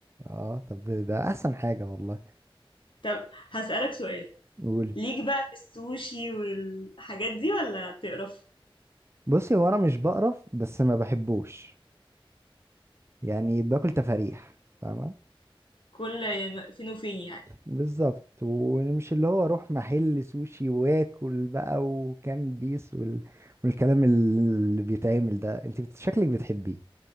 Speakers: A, on the right (about 30°); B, on the left (about 65°).
A: اه طب ده احسن حاجة والله
B: طب هسألك سؤال
A: قولي
B: ليك بقى في السوشي والحاجات دي ولا بتقرف
A: بصي هو انا مش بقرف بس ما بحبوش يعني باكل تفاريح فاهمة
B: كل فين وفين يعني
A: بالظبط ومش اللي هو اروح محل سوشي واكل بقى وكام بيس وال... والكلام اللي بيتعمل ده انت بت- شكلك بتحبيه